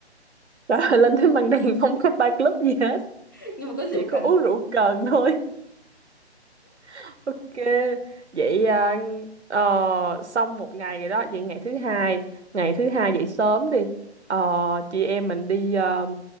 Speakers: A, on the right (about 80°); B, on the left (about 20°).
A: <laughs> Trời ơi, lên tới màn đêm <laughs> không có bar club gì hết
B: <laughs> nhưng mà có rượu
A: chỉ có
B: cần
A: uống rượu cần thôi <laughs> ok vậy à, ờ, xong một ngày rồi đó vậy ngày thứ hai ngày thứ hai dậy sớm đi Ờ, chị em mình đi ờ,